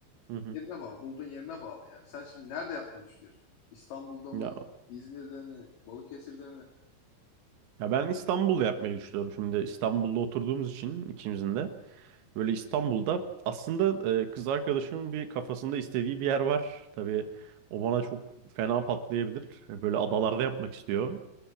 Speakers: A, on the right; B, on the left.
A: Hı hı.
B: yerine bağlı. Bulduğun yerine bağlı yani. Sen şimdi nerede yapmayı düşünüyorsun? İstanbul'da
A: Ya,
B: mı? İzmir'de mi? Balıkesir'de
A: ya ben İstanbul yapmayı düşünüyorum. Şimdi İstanbul'da oturduğumuz için ikimizin de böyle İstanbul'da aslında e, kız arkadaşımın bir kafasında istediği bir yer var. Tabii o bana çok fena patlayabilir. E, Böyle adalarda yapmak istiyor.